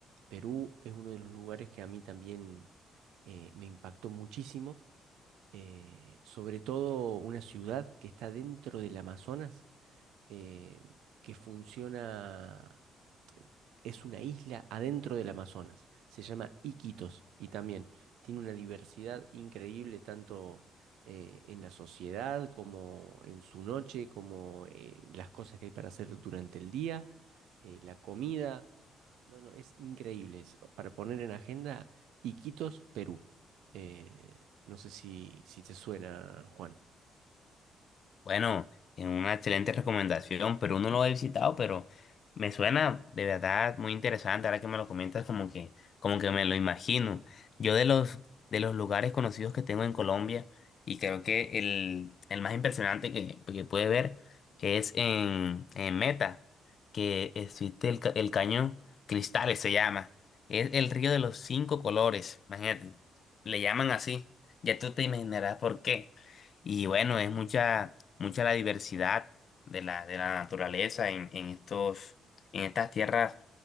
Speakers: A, on the right; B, on the left.
A: Perú es uno de los lugares que a mí también eh, me impactó muchísimo, eh, sobre todo una ciudad que está dentro del Amazonas eh, que funciona, eh, es una isla adentro del Amazonas, se llama Iquitos y también tiene una diversidad increíble tanto eh, en la sociedad como en su noche, como eh, las cosas que hay para hacer durante el día, eh, la comida. No, no, es increíble eso. Para poner en agenda, Iquitos, Perú. Eh, no sé si, si te suena, Juan.
B: Bueno, es una excelente recomendación, pero uno lo he visitado, pero me suena de verdad muy interesante. Ahora que me lo comentas, como que, como que me lo imagino. Yo de los, de los lugares conocidos que tengo en Colombia, y creo que el, el más impresionante que, que puede ver es en, en Meta, que existe el, ca- el cañón Cristales, se llama. Es el río de los cinco colores, imagínate, le llaman así. Ya tú te imaginarás por qué. Y bueno, es mucha mucha la diversidad de la, de la naturaleza en, en estos, en estas tierras